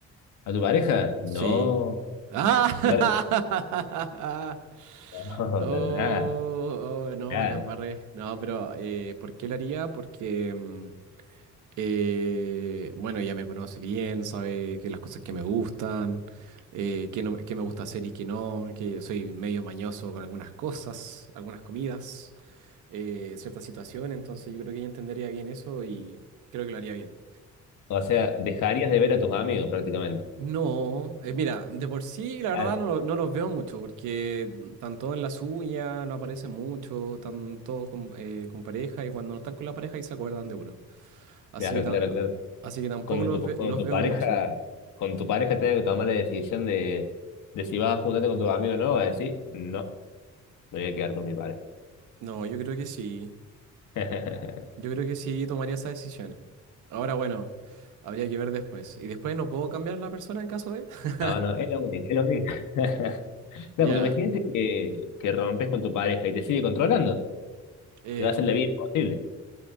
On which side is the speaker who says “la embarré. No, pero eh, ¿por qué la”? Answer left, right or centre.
Right